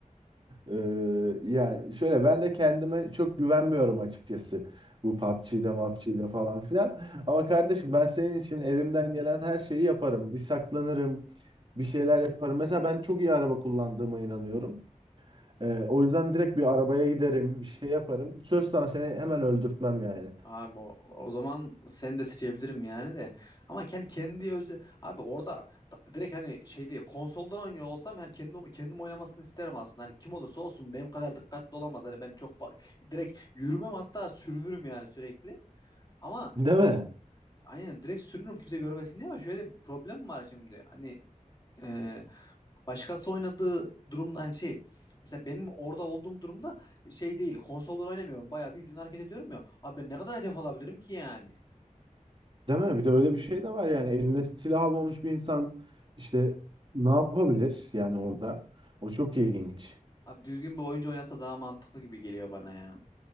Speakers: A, on the right; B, on the left.
A: Ee, yani şöyle ben de kendime çok güvenmiyorum açıkçası. Bu PUBG'de, MAPC'de falan filan. Ama kardeşim ben senin için elimden gelen her şeyi yaparım. Bir saklanırım, bir şeyler yaparım. Mesela ben çok iyi araba kullandığıma inanıyorum. Ee, o yüzden direkt bir arabaya giderim, bir şey yaparım. Söz sana seni hemen öldürtmem yani.
B: Abi o, o zaman seni de seçebilirim yani de. Ama kendi kendi özü abi orada da- direkt hani şey değil konsoldan oynuyor olsam hani kendim kendim oynamasını isterim aslında. Hani kim olursa olsun benim kadar dikkatli olamaz. Hani ben çok fa- direkt yürümem hatta sürünürüm yani sürekli. Ama
A: Değil mi?
B: ş- aynen direkt sürünürüm kimse görmesin diye ama şöyle bir problem var şimdi. Hani e, başkası oynadığı durumda hani şey Mesela benim orada olduğum durumda şey değil, konsoldan oynamıyorum. Bayağı bildiğin hareket ediyorum ya. Abi ben ne kadar hedef alabilirim ki yani?
A: Değil mi? Bir de öyle bir şey de var yani. Eline silah almamış bir insan işte ne yapabilir yani orada? O çok ilginç.
B: Abi düzgün bir oyuncu oynasa daha mantıklı gibi geliyor bana ya.